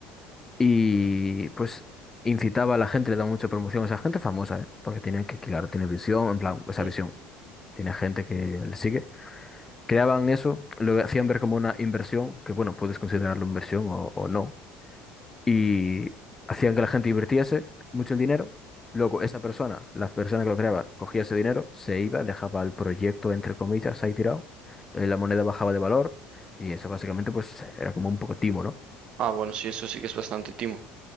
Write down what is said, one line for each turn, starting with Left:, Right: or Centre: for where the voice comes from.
Left: y pues incitaba a la gente, le daba mucha promoción a esa gente famosa, ¿eh? Porque tiene que, claro, tiene visión, en plan, esa
Right: Mm.
Left: visión, tiene gente que le sigue. Creaban eso, lo hacían ver como una inversión, que bueno, puedes considerarlo inversión o, o no, y hacían que la gente invirtiese mucho el dinero. Luego, esa persona, la persona que lo creaba, cogía ese dinero, se iba, dejaba el proyecto, entre comillas, ahí tirado. eh, la moneda bajaba de valor y eso básicamente pues era como un poco timo, ¿no?
Right: Ah, bueno, sí, eso sí que es bastante timo.